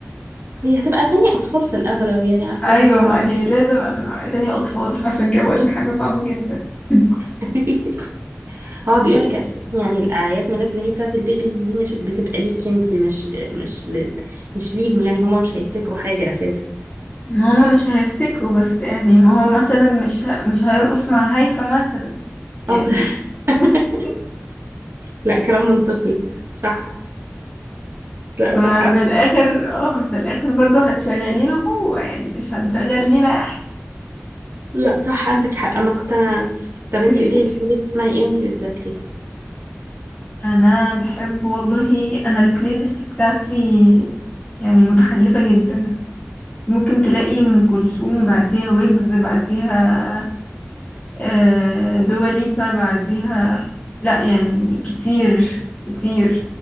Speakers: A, on the right; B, on the left.
A: هي هتبقى أغاني أطفال في الأغلب يعني عارفة
B: ايوه
A: اللي هو
B: ما هي لازم هتبقى اغاني اطفال عشان كده بقولك حاجه صعبه جدا <laughs>
A: <laughs> هو بيقول لك أساسا يعني الأعياد ميلاد اللي هي بتاعة البيبيز دي مش بتبقى ليكي أنتي مش مش لل... مش ليهم يعني هما مش هيفتكروا حاجة أساسا
B: ما هما مش هيفتكروا بس يعني ما هو مثلا مش ه... مش هيرقص مع هيفا مثلا يعني
A: اه ده <laughs>
B: <laughs>
A: لا كلام منطقي صح لا
B: ففي
A: صح عندك
B: الاخر اه في الاخر برضه هتشغلي له هو يعني مش هنشغل لينا احنا
A: لا صح عندك حق أنا اقتنعت طب أنتي
B: <laughs>
A: قولي لي بتحبي تسمعي إيه وأنتي بتذاكري
B: انا بحب والله انا البلاي ليست بتاعتي يعني متخلفه جدا ممكن تلاقي ام كلثوم بعديها ويجز بعديها آه، دواليبا بعديها لا يعني كتير كتير